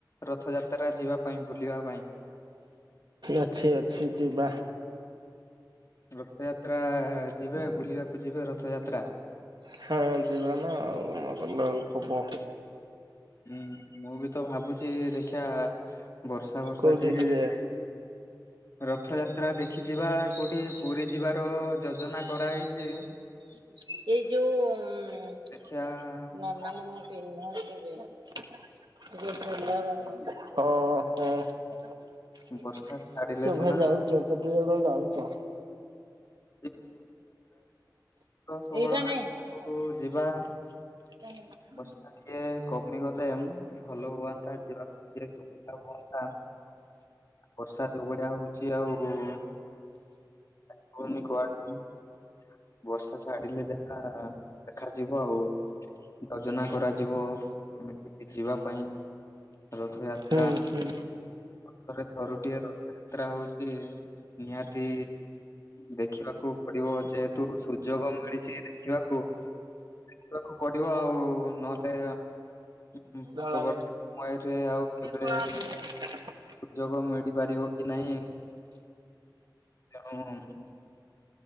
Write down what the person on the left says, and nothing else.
ରଥ ଯାତ୍ରା ଯିବା ପାଇଁ ବୁଲିବା ପାଇଁ।
ରଥଯାତ୍ରା ଯିବେ ବୁଲିବାକୁ ଯିବେ ରଥଯାତ୍ରା।
ହୁଁ ମୁଁ ବି ତ ଭାବୁଚି ଦେଖିଆ ବର୍ଷା ବର୍ଷା
ଟିକେ
ରଥଯାତ୍ରା ଦେଖି ଯିବା କୋଉଟି ପୁରୀ ଯିବାର ଯୋଜନା କରାହେଇଚି।
ଦେଖିଆ
କଣ
ବର୍ଷା
ଛାଡିଲେ ସିନା
ହ <inaudible> ଷୋହଳ
ଆଡକୁ
ଯିବା <unintelligible> ଟିକେ କମିଗଲେ ଭଲ ହୁଅନ୍ତା ଯିବାକୁ ଟିକେ ସୁବିଧା ହୁଅନ୍ତା। ବର୍ଷା ଯୋଉଭଳିଆ ହଉଚି ଆଉ <inaudible> ବର୍ଷା ଛାଡିଲେ ଯାହା ଦେଖାଯିବ ଆଉ। ଯୋଜନା କରାଯିବ କେମିତି ଯିବା ପାଇଁ ରଥଯା
ତ୍ରା
ବର୍ଷ ର ଥରୁଟିଏ ରଥଯାତ୍ରା ହଉଚି ନିହାତି ଦେଖିବାକୁ ପଡିବ ଯେହେତୁ ସୁଯୋଗ ମିଳିଛି ଦେଖିବାକୁ। ଯିବାକୁ ପଡିବ ଆଉ ନହେଲେ ପୂର୍ବବର୍ତ୍ତୀ
ସମୟରେ ଆଉ କେବେ
ସୁଯୋଗ ମିଳିପାରିବ କି ନାହିଁ ତେଣୁ